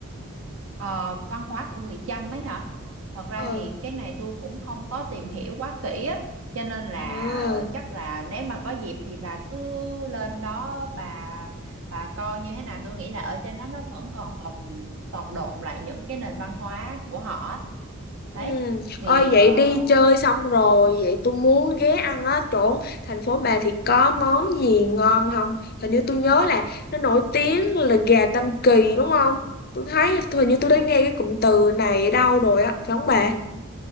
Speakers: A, on the right (about 70°); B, on the left (about 45°).
A: Ờ, văn hóa của người Chăm ấy hả? Thật ra
B: ừ
A: thì cái này tôi cũng không có tìm hiểu quá kỹ á, cho nên là
B: Ừ.
A: chắc là nếu mà có dịp thì bà cứ lên đó bà bà coi như thế nào. Tôi nghĩ là ở trên đó nó vẫn còn tồn tồn đọng lại những cái nền văn hóa của họ. á.
B: Ừ.
A: Đấy thì
B: Ôi vậy
A: ờ,
B: đi chơi xong rồi vậy tôi muốn ghé ăn á chỗ thành phố bà thì có món gì ngon không hình như tôi nhớ là nó nổi tiếng là gà Tam Kỳ đúng không tôi thấy hình như tôi đã nghe cái cụm từ này ở đâu rồi á phải không bà